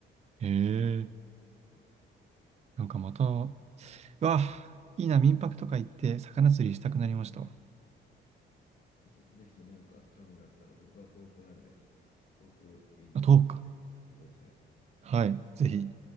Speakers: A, on the right (about 35°); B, on the left (about 50°).
A: へえ。
B: うん
A: なんかまた、うわ、いいな、民泊とか行って、魚釣りしたくなりましたわ。
B: ぜひ、ぜひなんか興味があったら、僕は遠くなんで、遠くいいんで、
A: あ、豆腐か。
B: ぜひ来てください。
A: はい、ぜひ。